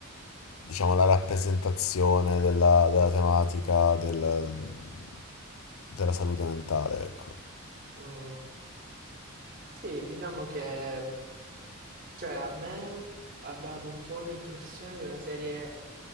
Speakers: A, on the left; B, on the right.
A: diciamo, la rappresentazione della, della tematica del- della salute mentale, ecco.
B: Mm. Sì, diciamo che cioè, a me ha dato un po' l'impressione di una serie